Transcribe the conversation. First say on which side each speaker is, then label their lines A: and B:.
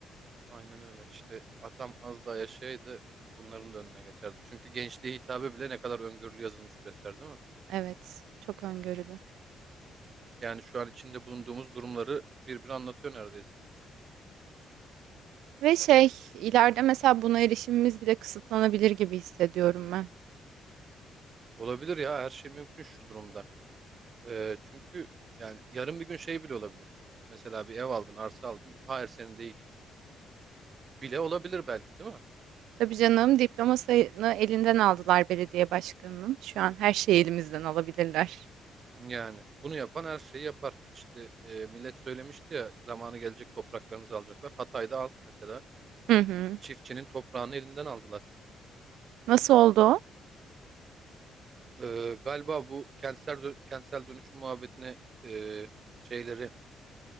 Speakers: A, on the right; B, on the right.
A: Aynen öyle. İşte atam az daha yaşaydı bunların da önüne geçerdi. Çünkü gençliğe hitabe bile ne kadar öngörülü yazılmış bir eser değil mi?
B: Evet, çok öngörülü.
A: Yani şu an içinde bulunduğumuz durumları birbiri anlatıyor neredeyse.
B: Ve şey, ileride mesela buna erişimimiz bile kısıtlanabilir gibi hissediyorum
A: Olabilir ya her şey mümkün şu durumda. Ee, çünkü yani yarın bir gün şey bile olabilir. Mesela bir ev aldın, arsa aldın. Hayır senin değil. Bile olabilir belki değil mi?
B: Tabii canım diplomasını elinden aldılar belediye başkanının. Şu an her şeyi elimizden alabilirler.
A: Yani bunu yapan her şeyi yapar. İşte e, millet söylemişti ya zamanı gelecek topraklarınızı alacaklar. Hatay'da alt mesela
B: Hı hı.
A: çiftçinin toprağını elinden aldılar.
B: Nasıl oldu o?
A: Ee, galiba bu kentsel dö- kentsel dönüşüm muhabbetine e, şeyleri